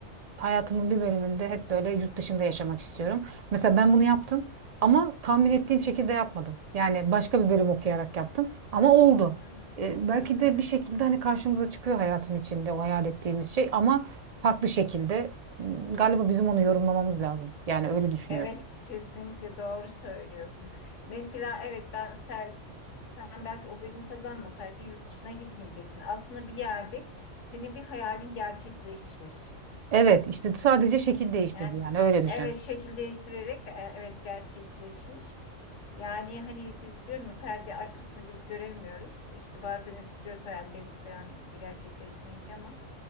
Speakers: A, on the right (about 60°); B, on the left (about 70°).
A: hayatımın bir bölümünde hep böyle yurt dışında yaşamak istiyorum. Mesela ben bunu yaptım ama tahmin ettiğim şekilde yapmadım. Yani başka bir bölüm okuyarak yaptım ama oldu.
B: Hı hı.
A: E, belki
B: Hı hı.
A: de bir şekilde hani karşımıza çıkıyor hayatın içinde o hayal ettiğimiz şey ama farklı şekilde. Hmm, Galiba bizim onu yorumlamamız lazım. Yani öyle düşünüyorum.
B: Evet kesinlikle doğru söylüyorsun. Mesela evet ben sen, sen belki o bölüm kazanmasaydın yurt dışına gitmeyecektin. Aslında bir yerde senin bir hayalin gerçekleşmiş.
A: Evet işte sadece şekil değiştirdi
B: Yani
A: yani
B: bir-
A: öyle düşün.
B: evet şekil değiştirerek e, evet gerçekleşmiş. Yani hani biz diyorum ya perde arkasını biz göremiyoruz. İşte bazen üzülüyoruz hayallerimiz falan işte gerçekleşmeyince ama